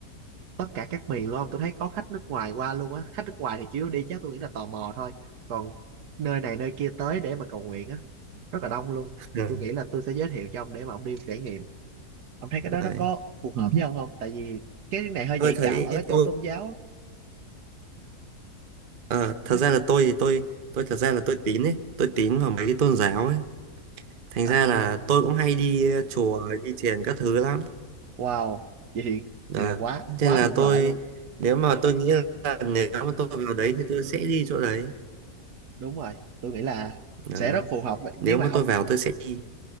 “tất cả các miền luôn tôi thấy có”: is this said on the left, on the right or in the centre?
Right